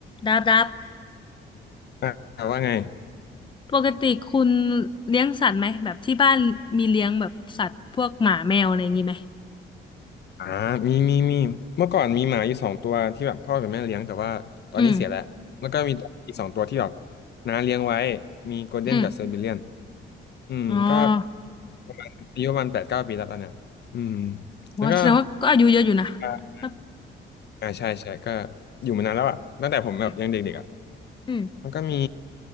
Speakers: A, on the left; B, on the left.
A: ดับดับ
B: อ่าว่าไง
A: ปกติคุณเลี้ยงสัตว์ไหมแบบที่บ้านมีเลี้ยงแบบสัตว์พวกหมาแมวอะไรอย่างงี้ไหม
B: อ่ามีมีมีเมื่อก่อนมีหมาอยู่สองตัวที่แบบพ่อกับแม่เลี้ยงแต่ว่าตอนนี้เสียแล้ว
A: อืม
B: แล้วก็มีอีกสองตัวที่แบบน้าเลี้ยงไว้มีโกลเด้นกับเซอร์เบเลียน
A: อืม
B: อืมก็
A: อ๋อ
B: ประมาณอายุประมาณแปดเก้าปีแล้วตอนเนี้ยอืมแล้วก็
A: ว่าแสดงว่าก็อายุเยอะอยู่นะ
B: อ่า
A: ครับ
B: อ่าใช่ใช่ก็อยู่มานานแล้วอ่ะตั้งแต่ผมแบบยังเด็กๆอ่ะ
A: อืม อืม
B: มันก็มี